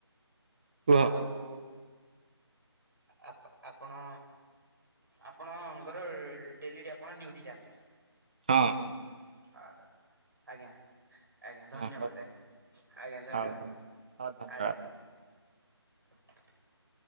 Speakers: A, on the right (about 20°); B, on the right (about 50°).
A: କୁହ
B: ଆଉ ଆ ଆପଣ ଆପଣଙ୍କର ଡେଲି ଆପଣ ଡିୟୁଟି ଯାଆନ୍ତି।
A: ହଁ।
B: ଆର ଆଜ୍ଞା ଆଜ୍ଞା ଧନ୍ୟବାଦ
A: ହଁ
B: ଆଜ୍ଞା ଆଜ୍ଞା
A: ହଉ
B: ଧନ୍ୟବାଦ
A: ହଉ ଧନ୍ୟବାଦ।
B: ଆଜ୍ଞା। <inaudible>